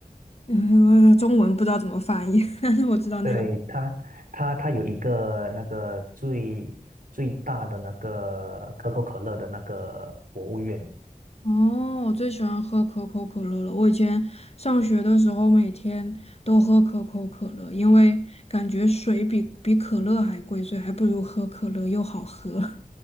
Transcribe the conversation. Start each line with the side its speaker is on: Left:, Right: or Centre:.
Left: 嗯，我中文不知道怎么翻译，<laughs> 但是我知道那个。
Right: 对，它它它有一个那个最最大的那个可口可乐的那个博物院，
Left: 哦，我最喜欢喝可口可乐了。我以前上学的时候，每天都喝可口可乐，因为感觉水比比可乐还贵，所以还不如喝可乐又好喝。